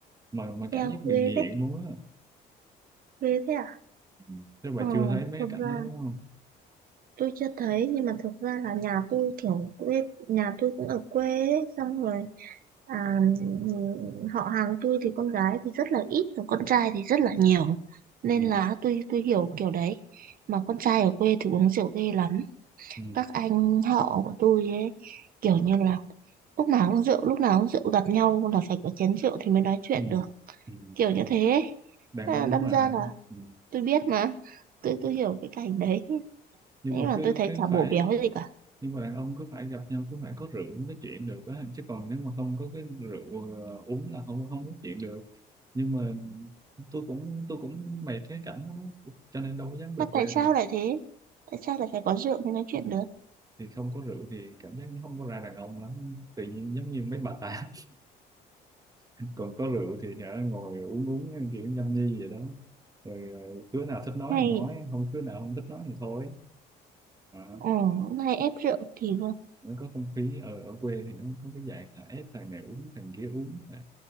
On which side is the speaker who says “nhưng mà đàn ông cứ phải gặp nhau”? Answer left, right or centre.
Right